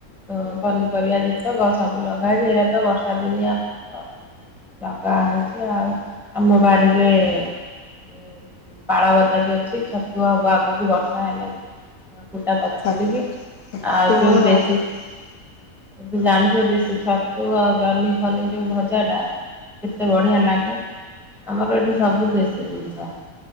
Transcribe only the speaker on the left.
ଛତୁ
ତୁମର
ବାହାର
ହୁଁ